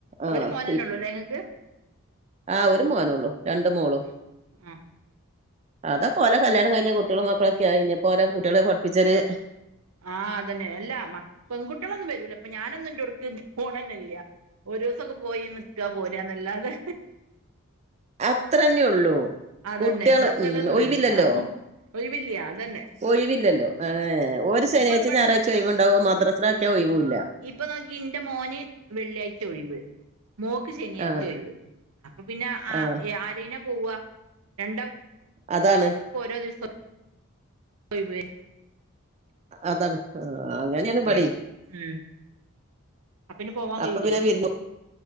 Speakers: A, on the right; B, on the right.
A: ആ
B: ഒരു മോനന്നെ
A: ഇ-
B: ഉള്ളൂല്ലേ നിങ്ങക്ക്.
A: ആ ഒരു മോനെ ഒള്ളു രണ്ടുമോളും.
B: ആഹ് ആഹ്
A: അതൊക്കെ ഓല കല്യാണം കഴിഞ്ഞ് കുട്ടികളും മക്കളൊക്കെയായി ഇനിപ്പോ ഓല കുട്ടികളെ പഠിപ്പിച്ചൊര്.
B: ആ അതന്നെ അല്ലാ മ പെൺകുട്ടികളൊന്നും വരൂലാ ഇപ്പം ഞാനൊന്നും എൻറെടവിടേക്ക് പോണന്നെ ഇല്ല ഒരുസൊക്കെ പോയിനിക്ക പോരുകാന്നല്ലാതെ
A: അത്രന്നെയൊള്ളു
B: അതന്നെ
A: കുട്ടികള്
B: കൂടുതലൊന്നും
A: ഉം ഒഴിവില്ലല്ലോ.
B: വരൂല ഒഴിവില്ല അതന്നെ
A: ഒഴിവില്ലല്ലോ ഏ ഓരു ശെനിയാഴ്ചേം
B: ഇപ്പൊ ഇവിടെ
A: ഞായറാഴ്ചേം ഒഴിവൊണ്ടാവും മദ്രസെടെ കാര്യത്തിൽ ആ ഒഴിവു ഇല്ല.
B: ഇപ്പം നോക്ക് ഇന്റെ മോന് വെള്ളിയാഴ്ച ഒഴിവ് മോക്ക് ശനിയാഴ്ച
A: ആഹ്
B: ഒഴിവ്. അപ്പം പിന്നെ ആ
A: ആഹ്
B: എ ആരേനാ പോവാ രണ്ടാ
A: അതാണ്.
B: ഇപ്പം ഓരോദിവസം ഒഴിവ്.
A: അതാണ് ആ അങ്ങനെയാണ്
B: പിന്നെ
A: പണി.
B: ഉം അപ്പം പിന്നെ പോവാൻ കയ്യൂലെ
A: അപ്പൊ പിന്നെ വിരുന്ന്